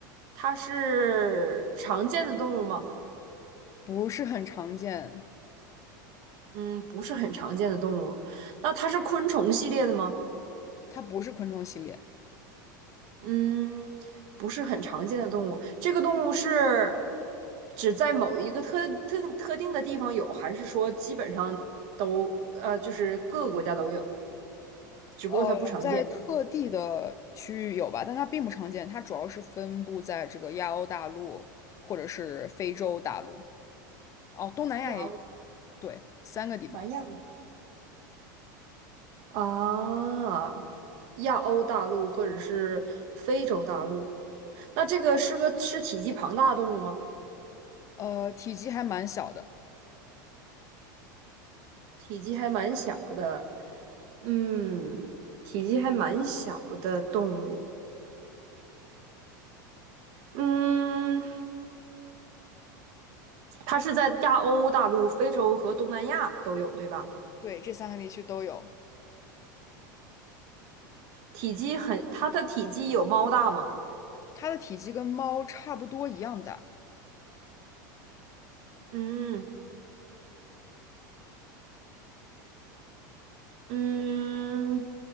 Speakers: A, on the right; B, on the left.
A: 它是常见的动物吗？
B: 不是很常见，
A: 嗯，不是很常见的动物。那它是昆虫系列的吗？
B: 它不是昆虫系列。
A: 嗯，不是很常见的动物。这个动物是只在某一个特特特定的地方有，还是说基本上都，呃，就是各个国家都有，只不过它不常见？
B: 呃，在特地的区域有吧，但它并不常见。它主要是分布在这个亚欧大陆或者是非洲大陆。哦，东南亚也有。
A: 亚欧的东
B: 对，三个地方，
A: 南亚。啊，亚欧大陆或者是非洲大陆，那这个是个是体积庞大的动物吗？
B: 呃，体积还蛮小的。
A: 体积还蛮小的，嗯，体积还蛮小的动物，嗯，它是在亚欧大陆、非洲和东南亚都有，对吧？
B: 对，这三个地区都有。
A: 体积很，它的体积有猫大吗？
B: 它的体积跟猫差不多一样大，
A: 嗯嗯，